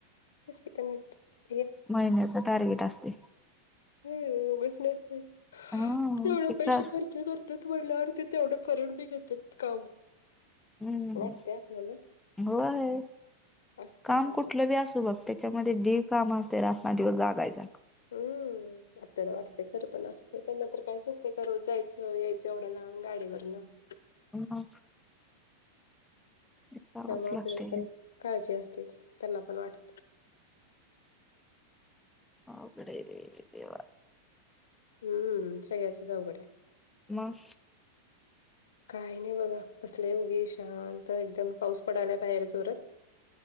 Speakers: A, on the left; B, in the centre.
A: <unintelligible>
B: महिन्याच टार्गेट असते.
A: हम्म उगीच नेत नाहीत.
B: हा
A: तेवढ
B: तिथं
A: पैसे खर्च कर ते तेवढ करून बी घेतात काम.
B: हम्म
A: वाटते आपल्याला
B: व्हय
A: असते
B: काम
A: त्यांच्या
B: कुठल बी असू ब त्याच्यामध्ये जे काम असते रात ना दिवस जागायच.
A: हम्म आपल्याला वाटतय खर पण असत. त्यांना तर काय सोप्प आहे का रोज जायच. यायच. एवढ्याला गाडीवरन. <inaudible>
B: <unintelligible> जावच
A: त्यामुळ आपल्याला
B: लागते
A: पण काळजी असतेच. त्यांना पण वाटत.
B: अवघड ये रे देवा.
A: हम्म हम्म सगळ्याच अवघड आहे.
B: मग
A: काही नाही बघा बसले उगी शांत एकदम. पाऊस पडाला बाहेर जोरात. <inaudible>